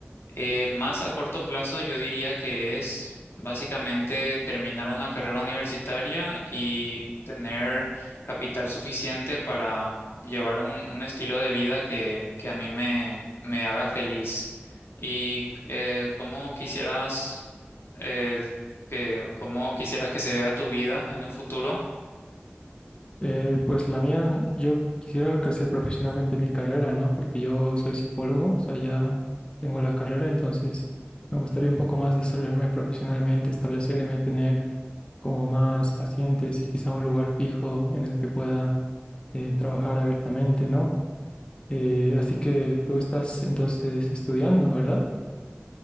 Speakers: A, on the left; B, on the left.
A: Eh, más a corto plazo, yo diría que es básicamente terminar una carrera universitaria y tener capital suficiente para llevar un, un estilo de vida que, que a mí me, me haga feliz. ¿Y eh, cómo quisieras eh, que, cómo quisieras que se vea tu vida en un futuro?
B: Eh, pues la mía, yo quisiera crecer profesionalmente en mi carrera, ¿no? Porque yo soy psicólogo, o sea, ya tengo la carrera, entonces me gustaría un poco más desarrollarme profesionalmente, establecerme, tener como más pacientes y quizá un lugar fijo en el que pueda eh, trabajar abiertamente, ¿no? Eh, así que tú estás entonces estudiando, ¿verdad?